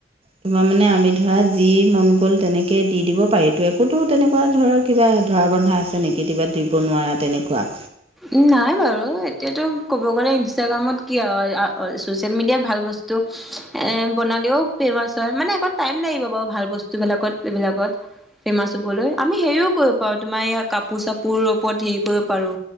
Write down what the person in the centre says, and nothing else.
উম নাই বাৰু এতিয়াতো ক'ব গ'লে ইনষ্টাগ্ৰামত কি আও আ ছচিয়েল মিডিয়াত ভাল বস্তু এ বনালেও ফেমাচ হয় মানে অকণ টাইম লাগিব বাৰু ভাল বস্তুবিলাকত এইবিলাকত। ফেমাছ হবলৈ আমি হেৰিও কৰিব পাৰো তোমাৰ ইয়াৰ কাপোৰ চাপোৰ ওপৰত হেৰি কৰিব পাৰো।